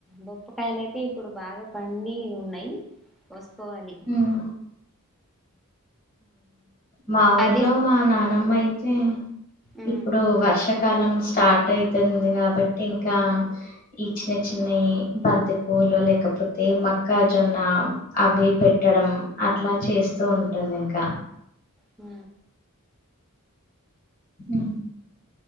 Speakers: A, in the centre; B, on the left (about 40°).
A: బొప్పకాయలు అయితే ఇప్పుడు బాగా పండి ఉన్నాయి కోసుకోవాలి
B: ఉమ్, మా ఊర్లో
A: అదే
B: మా నానమ్మ అయితే
A: ఉమ్
B: ఇప్పుడు వర్ష కాలం స్టార్ట్ అయితంది కాబట్టి ఇంకా ఈ చిన్న చిన్నవి బంతి పువ్వులు లేకపోతే మక్కజొన్న అవి పెట్టడం అట్లా చేస్తూ ఉంటుంది ఇంక
A: ఉ
B: హ